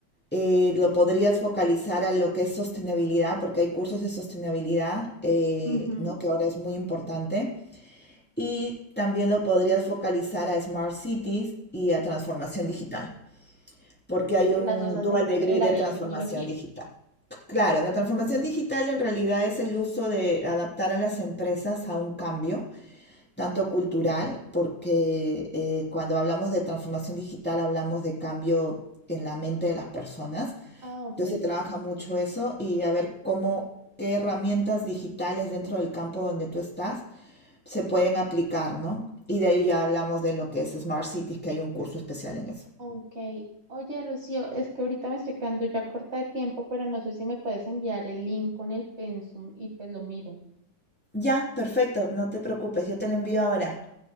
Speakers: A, in the centre; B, on the right (about 30°).
A: eh, lo podrías focalizar a lo que es sostenibilidad, porque hay cursos de sostenibilidad, eh,
B: Ujú.
A: ¿no? Que ahora es muy importante. Y también lo podrías focalizar a Smart Cities y a transformación digital. porque hay
B: Que
A: un
B: Las dos hacen
A: dual
B: parte
A: degree
B: del
A: de
B: área
A: transformación
B: de tecnología.
A: digital.
B: Ok.
A: Claro, la transformación digital en realidad es el uso de adaptar a las empresas a un cambio, tanto cultural, porque eh, cuando hablamos de transformación digital hablamos de cambio en la mente de las personas.
B: Ah, ok.
A: Entonces se trabaja mucho eso y a ver cómo, qué herramientas digitales dentro del campo donde tú estás se pueden aplicar, ¿no? Y de ahí ya hablamos de lo que es Smart Cities, que hay un curso especial en eso.
B: Ok. Oye, Rocío, es que ahorita me estoy quedando ya corta de tiempo, pero no sé si me puedes enviar el link con el pensum y pues lo miro.
A: Ya, perfecto, no te preocupes, yo te lo envío ahora.